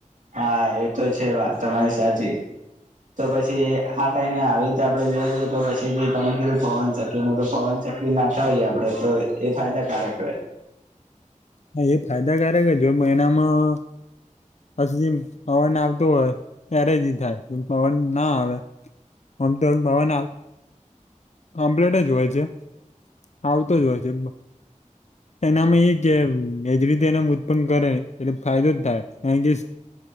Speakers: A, on the right (about 75°); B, on the left (about 60°).
A: હા એ તો છે વાત તમારી સાચી
B: હ
A: તો પછી આ ટાઈમે આવીીતે આપડે જોજએ તો પછી જે તમે કીધું પવનચકી નું તો પવન ચકી નાતા હોઈએ આપડે તો એ ફાયદા ક્યારેક ર
B: હા એ ફાયદાકારક હ જો મહિનામાં પછી જેમ પવન આવતોું હોય ત્યારે જ થાય પવન ના આવે આમ તો ગવાના કમ્પ્લેટ જ હોય છે આવતો જ હોય છે એનામાં એક કે એજ રીતે એના ઉત્પન્ન કરે એટલે ફાયદો જ થાય કારણ કે